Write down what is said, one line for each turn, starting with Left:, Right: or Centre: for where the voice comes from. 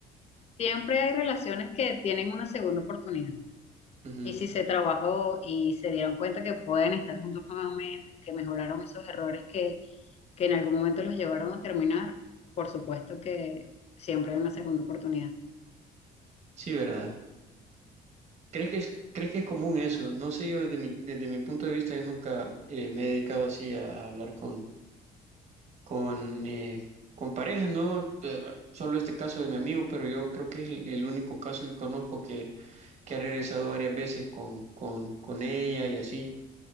Left: Siempre hay relaciones que tienen una segunda oportunidad.
Right: Ujú.
Left: Y si se trabajó y se dieron cuenta que pueden estar juntos nuevamente, que mejoraron esos errores que, que en algún momento los llevaron a terminar, por supuesto que siempre hay una segunda oportunidad.
Right: Sí, ¿verdad? ¿Crees que es, crees que es común eso? No sé, yo desde mi, desde mi punto de vista, yo nunca eh, me he dedicado así a, a hablar con, con, eh, con parejas, ¿no? Eh, Solo este caso de mi amigo, pero yo creo que es el, el único caso que conozco que, que ha regresado varias veces con, con, con ella y así.